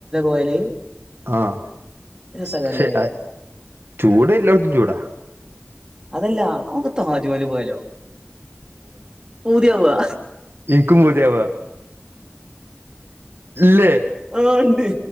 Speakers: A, on the right (about 15°); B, on the right (about 65°).
A: പോയാല്
B: ആഹ
A: രസക്കാരല്ലേ
B: പക്ഷെ ചൂട് എല്ലായിടത്തും ചൂടാ
A: അതല്ല അക്ക്ത്ത ഹാജിമാല് പോയാലോ പൂതിയ വ്
B: കുമുദേവ ല്ലേ
A: ആഹ ഉണ്ട്